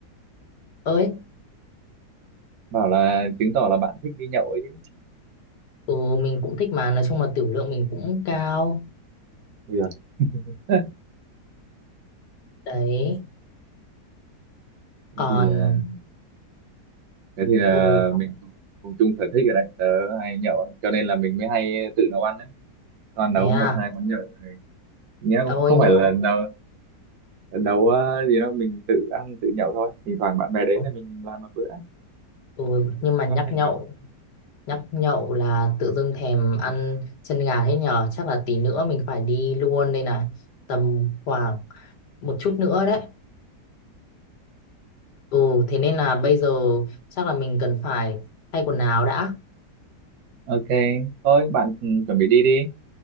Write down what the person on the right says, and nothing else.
bảo là chứng tỏ là bạn thích đi nhậu ấy chứ
bây giờ <laughs>
thế thì ờ, thế thì là
mình cùng, cùng chung sở thích ở đấy tớ hay nhậu cho nên là mình mới hay tự nấu ăn đấy toàn nấu
một hai món nhậu nhé không
không
phải là
nấu nấu ờ, gì đâu mình tự ăn tự nhậu thôi thỉnh thoảng bạn bè đến
thì mình làm một bữa
có thể
được
ok thôi bạn ừ, chuẩn bị đi đi